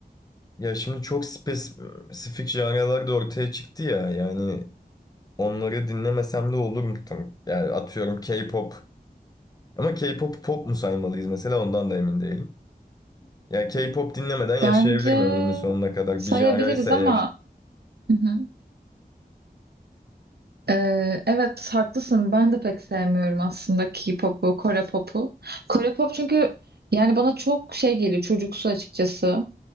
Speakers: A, on the left; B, on the right.
A: Ya şimdi çok spesifik janralar da ortaya çıktı ya yani onları dinlemesem de olur mu? Tam- Yani atıyorum K-pop Ama k pop pop mu saymalıyız mesela ondan da emin değilim. Ya K-pop dinlemeden yaşayabilirim
B: Bence
A: ömrümün sonuna kadar.
B: sayabiliriz
A: Bir janraysa
B: ama
A: eğer.
B: Hı hı. Ee, evet haklısın. Ben de pek sevmiyorum aslında K-pop'u, Kore pop'u. Kore pop çünkü yani bana çok şey geliyor çocuksu açıkçası.